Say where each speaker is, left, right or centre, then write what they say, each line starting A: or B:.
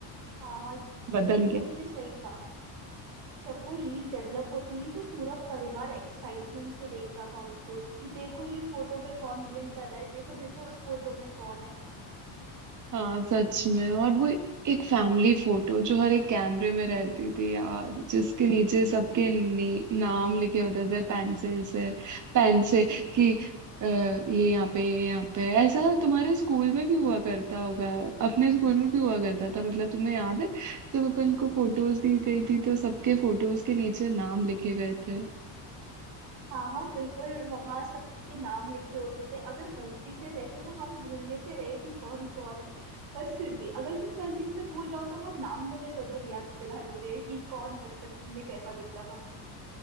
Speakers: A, on the right; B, on the right.
A: हाँ
B: बदल
A: ये तो तुमने
B: गया
A: सही कहा जब वो रील डेवलप होती थी तो पूरा परिवार एक्साइटमेंट से देखता था उसको कि देखो ये फोटो में कौन ब्लिंक कर रहा है देखो देखो उस फोटो में कौन है
B: हाँ सच में और वो एक फैमिली फोटो जो हर एक कैमरे में रहती थी यार जिसके नीचे सबके ने, नाम लिखे होते थे पेंसिल से पेन से कि अ, ये यहाँ पे ये यहाँ पे ऐसा तुम्हारे स्कूल में भी हुआ करता होगा अपने स्कूल में भी हुआ करता था मतलब तुम्हें याद है जब अपन को फोटोज दी गई थी तो सबके फोटोज के नीचे नाम लिखे गए थे
A: हाँ हाँ बिल्कुल वहां सबके नाम लिखे होते थे अगर गलती से वैसे तो हम भूलने से रहे कि कौन कौन है पर फिर भी अगर तुम गलती से भूल जाओ तो वो नाम तुम्हें जरूर याद दिला देते हैं कि कौन बचपन में कैसा दिखता था